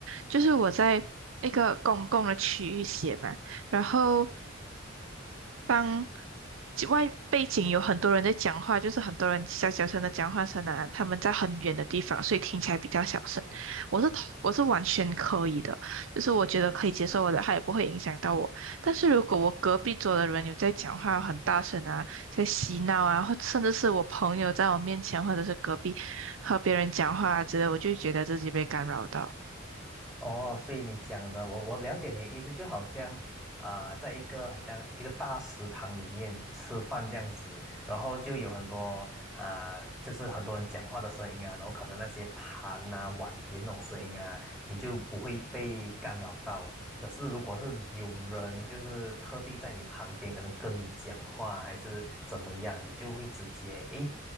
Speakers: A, on the right (about 75°); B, in the centre.
A: 就是我在那个公共的区域写嘛，然后当外背景有很多人在讲话，就是很多人小小声的讲话声啊，他们在很远的地方，所以听起来比较小声。我是我是完全可以的，就是我觉得可以接受我的，它也不会影响到我。但是如果我隔壁桌的人有在讲话很大声啊，在嬉闹啊，或甚至是我朋友在我面前，或者是隔壁和别人讲话啊之类，我就会觉得自己被干扰到。
B: 哦，所以你讲的，我我了解你的意思，就好像，啊，在一个很像一个大食堂里面吃饭这样子，然后就有很多啊、呃就是很多人讲话的声音啊，然后可能那些盘啊、碗碟那种声音啊，你就不会被干扰到。可是如果是有人就是特地在你旁边，可能跟你讲话还是怎么样，你就会直接诶。